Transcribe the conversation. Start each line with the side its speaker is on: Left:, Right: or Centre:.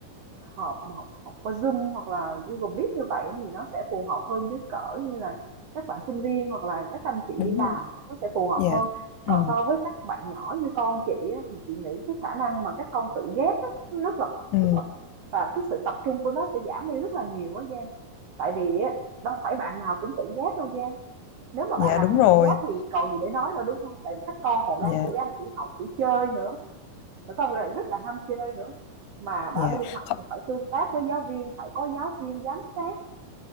Right: họp mà học học qua Zoom hoặc là Google Meet như vậy thì nó sẽ phù hợp hơn với cỡ như là các bạn sinh viên hoặc là các anh chị
Left: Đúng
Right: đi làm
Left: rồi.
Right: nó sẽ phù hợp
Left: Dạ.
Right: hơn. Còn
Left: Ừ.
Right: so với các bạn nhỏ như con chị á, thì chị nghĩ cái khả năng mà các con tự giác á, rất là
Left: Ừ.
Right: rất là và cái sự tập trung của nó sẽ giảm đi rất là nhiều á Giang. Tại vì á, đâu phải bạn nào cũng tự giác đâu Giang nếu mà
Left: Dạ
Right: bạn nào
Left: đúng
Right: cũng tự
Left: rồi.
Right: giác thì còn gì để nói nữa, đúng không? Tại vì các con còn đang
Left: Dạ.
Right: tuổi ăn, tuổi học, tuổi chơi nữa, các con rất là ham chơi nữa, mà
Left: Dạ.
Right: đã đi học
Left: Không-
Right: thì phải tương tác với giáo viên, phải có giáo viên giám sát,